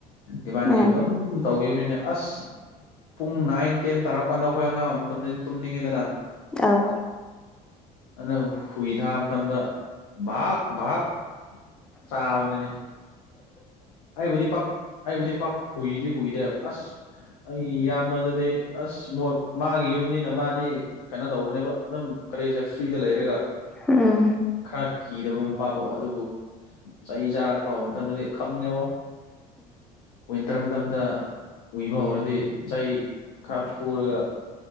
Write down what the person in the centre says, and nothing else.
ꯎꯝ
ꯑꯧ
ꯎꯝ